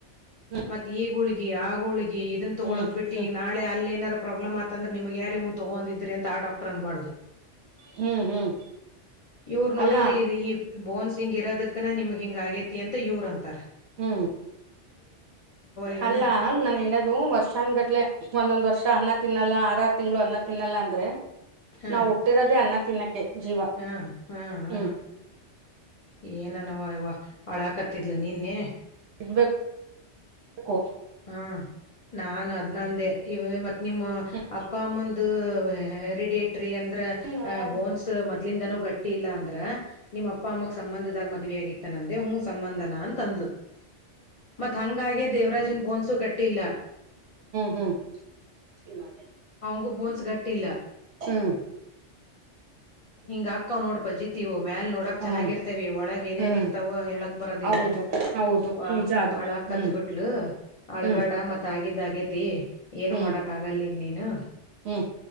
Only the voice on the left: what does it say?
ಮತ್ತತ್ ಈ ಗೂಳಗಿ ಆಗೂಳಗಿ ಇದನ್ ತೊಗೊೋದ್
ಬಿಟ್ಟು
ಈಗ ನಾಳೆ ಅಲ್ಲಿ ಏನಾರೋ ಪ್ರಾಬ್ಲಮ್ ಅಂದ್ರ ನಿಮಗ್ ಯಾರಾರಿ ತಗೊಂಡಿದ್ರ ಅಂತ ಡಾಕ್ಟರ್ ಅನ್ಬಾರ್ದು
ಇವ್ರು ನೋಡಿದ್ರಿ
ಇ ಬೋನ್ಸ್ ಹಿಂಗ ಇರೋದಕ್ಕನೇ ನಿಮ್ಗೆ ಹಿಂಗ್ ಆಗೇತಿ ಅಂತ ಇವ್ರ ಅಂತಾರೆ
ಇದನ್ನ
ಹ
ಹ ಹ ಹ
ಏನನವ ಇವ ಹಳ ಹಕತ್ತಿದ್ಲು ನಿನ್ನೆ
ಹಾ ನಾನ್ ನಂದೆ ಇವ ಮತ್ ನಿಮ್ಮ
ಅಪ್ಪ ಅಮ್ಮಂದ ಹೆರಿಡೇಟ್ರಿ ಅಂದ್ರ
ಅಹ ಬೋನ್ಸ್ ಮೊದ್ಲಿಂದನೂ ಗಟ್ಟಿ ಇಲ್ಲ ಅಂದ್ರ ನಿಮ್ ಅಪ್ಪ ಅಮ್ಮ ಸಂಬಂಧದಾಗ ಮದ್ವೇ ಆಗಿತ್ತಾನ ಅಂದೆ ಹ್ಮ ಸಂಬಂಧನ ಅಂತ ಅಂದ್ಲು. ಮತ್ ಹಂಗಾಗೆ ದೇವರಾಜನ್ ಬೋನ್ಸು ಗಟ್ಟಿ ಇಲ್ಲ.
ಅವಂಗು ಬೋನ್ಸ್ ಗಟ್ಟಿ ಇಲ್ಲ.
ಹಿಂಗ ಅಕ್ಕ್ ನೋಡ್ ಪಜಿತೀವು ಮ್ಯಲ್ ನೋಡಕ್
ಚೆನ್ನಾಗಿರ್ತೇವಿ ಒಳಗ್ ಏನೇನ್
ಇರ್ತಾವೋ ಹೇಳಕ್ ಬರೋದಿಲ್ಲ.
ವಾ
ಅಳಾಗ ಕತ್
ಬಿಟ್ಲು ಅಳ್ಬೇಡ
ಮತ್ತ ಆಗಿದ್ದ ಅಗೇತಿ ಏನು
ಮಾಡಕ್ ಆಗಲಿಗ ನೀನು